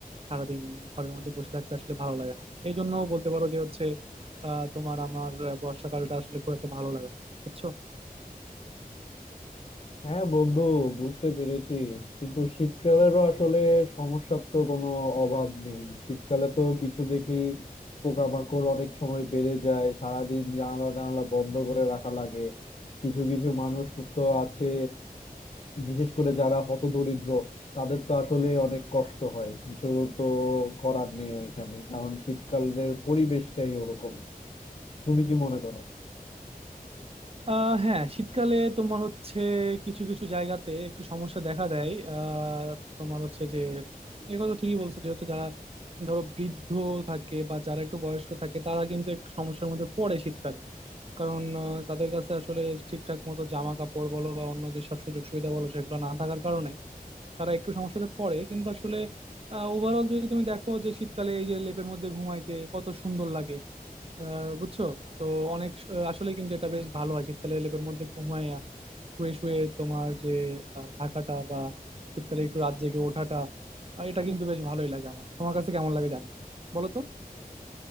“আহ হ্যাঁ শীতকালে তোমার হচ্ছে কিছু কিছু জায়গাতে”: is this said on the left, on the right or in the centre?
Right